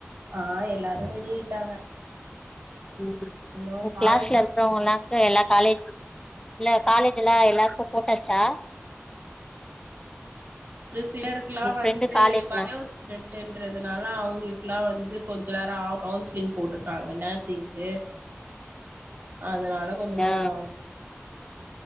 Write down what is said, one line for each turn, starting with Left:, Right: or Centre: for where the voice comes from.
Right: ஆஹ் எல்லாரும் ரெடி ஆயிட்டாங்க
Left: உ
Right: இன்னு
Left: உ
Right: காலேஜ்
Left: கிளாஸ்ல இருக்கறவங்கா எல்லா காலேஜ் இல்ல காலேஜ்லாம் எல்லாருக்கும் போட்டாச்சா
Right: சிலருக்கெல்லாம்
Left: உங்க ஃப்ரெண்டு
Right: வந்து
Left: காலேஜ்லா
Right: பயோ ஸ்டுடெண்டன்றதுனால அவங்களுயெல்லாம் வந்து கொஞ்சம் நேரம் கவுன்சிலிங் போட்டிருக்காங்க நர்சிங்க்கு அதனால கொஞ்ச நேரம்
Left: ஆ
Right: ஆகும்